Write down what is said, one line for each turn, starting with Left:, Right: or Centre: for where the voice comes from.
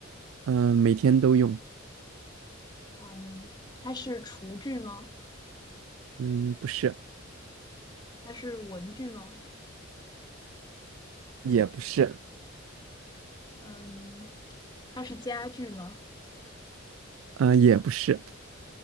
Right: 嗯，每天都用。
Left: 嗯，它是厨具吗？
Right: 嗯，不是，
Left: 它是文具吗？
Right: 也不是，
Left: 嗯，它是家具吗？
Right: 嗯，也不是，